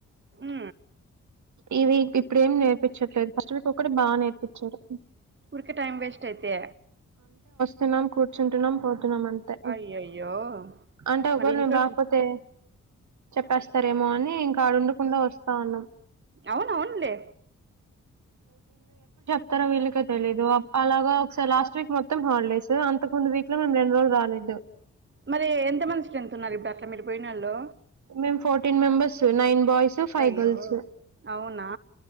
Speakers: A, on the right; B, on the right.
A: ఉ
B: ఈ వీక్ ఇప్పుడేం నేర్పించట్లేదు ఫస్ట్ వీక్ ఒకటి బాగా నేర్పించారు
A: ఊర్కే టైమ్ వేస్ట్ అయితే
B: తిన్నాం కూర్చంటున్నాం పో న్నాం అంతే
A: అయ్యయ్యో
B: అంటే ఒకరు
A: మరి ఇంట్లో
B: మేము రాకపోతే చెప్పేస్తారేమో అని ఇంకాడుండకుండా వస్తా ఉన్నాం
A: అవును అవునులే
B: త్తరం వీళ్ళకే తెలీదు అలాగా ఒకసారి లాస్ట్ వీక్ మొత్తం హాలిడేస్ అంతకు ముందు వీక్ లో మేము రెండు రోజులు రాలేదు
A: మరి ఎంత మంది స్ట్రెంత్త్ ఉన్నారు ఇప్పుడు అట్లా మీరు పోయినొళ్ళు
B: మేము fourteen members nine boys five
A: అయ్యో
B: గర్ల్స్
A: అవునా